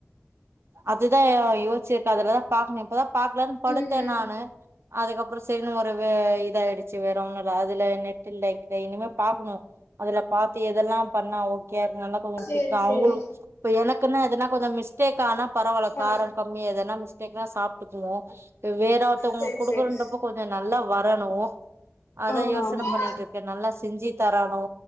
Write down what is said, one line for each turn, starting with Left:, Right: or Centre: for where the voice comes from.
Right: அதுதா யோஸ்ச்சிருக்கா அதுலதா பாக்கணு இப்பதா பாக்கலானு படுத்த
Left: ம்
Right: நானு அதுக்கப்புரோ செரின்னு ஒரு வே இத ஆயிடுச்சி வேற ஒன்னுல்ல அதுல நெட்டு இல்லக்கு இனிமே பாக்குணு அதுல பாத்து எதெல்லா பண்ணா ஓகே நல்ல ஊதிக்கலா
Left: சேரி சேரி
Right: அவுங்களு இப்ப எனக்குன்னா எதுனா கொஞ்சோ மிஸ்டேக் ஆனா பரவால்ல காரோ
Left: ஆ
Right: கம்மி எதன்னா மிஸ்டேக்னா சாப்ட்டுக்குவோ வேற ஒருத்தவங்களுக்கு
Left: சேரி
Right: குடுக்கறன்றப்ப
Left: சேரி
Right: சாப் நல்லா வரணு அதா
Left: ஆமா
Right: யோசன
Left: ஆமா
Right: பண்ணிட்ருக்கே நல்லா செஞ்சு தரணு